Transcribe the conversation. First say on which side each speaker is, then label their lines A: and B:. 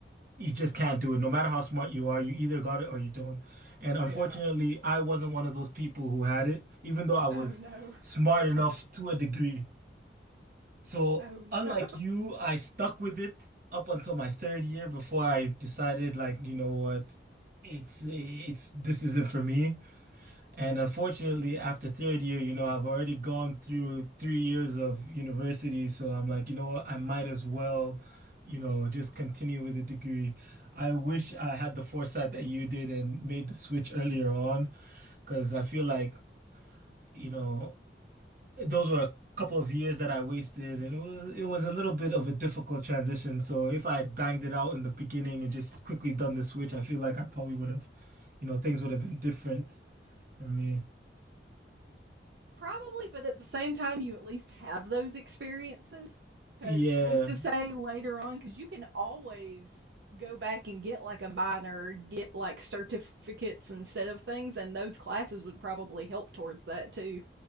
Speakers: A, on the right; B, on the right.
A: you just can't do it. No matter how smart you are, you either got it or you don't. And unfortunately,
B: Yeah.
A: I wasn't one of those people who had it, even though I was
B: Oh no.
A: smart enough to a degree. So
B: Oh no.
A: unlike
B: <laughs>
A: you, I stuck with it up until my third year before I decided like, you know what, it's it's this isn't for me. And unfortunately, after third year, you know, I've already gone through three years of university, so I'm like, you know what, I might as well, you know, just continue with the degree. I wish I had the foresight that you did and made the switch earlier on, because I feel like, you know those were a couple of years that I wasted, and it was it was a little bit of a difficult transition. So if I had banged it out in the beginning and just quickly done the switch, I feel like I probably would have, you know, things would have been different for me.
B: Probably, but at the same time, you at least have those experiences. Because
A: Yeah,
B: who's to say later on? Because you can always go back and get like a minor, get like certificates instead of things, and those classes would probably help towards that too.